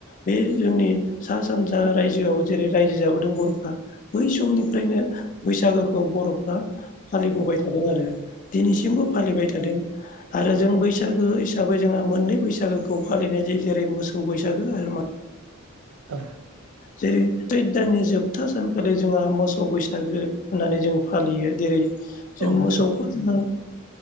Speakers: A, on the left; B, on the right.
A: बे जोंनि सा सानजा रायजोआव जेरै रायजो जाबोदों बर'फ्रा बै समनिफ्रायनो बैसागोखौ बर'फ्रा फालिबोबाय थादों आरो दिनैसिमबो फालिबाय थादों आरो जों बैसागो हिसाबै जोंहा मोननै बैसागोखौ फालिनाय जायो जेरै मोसौ बैसागो आरो
B: औ
A: जेरै सैद दाननि जोबथा सानखालि जोंहा मोसौ बैसागो होननानै जों फालियो जेरै जों
B: औ नोंथां
A: मोसौखौ
B: औ नोंथां
A: जोङो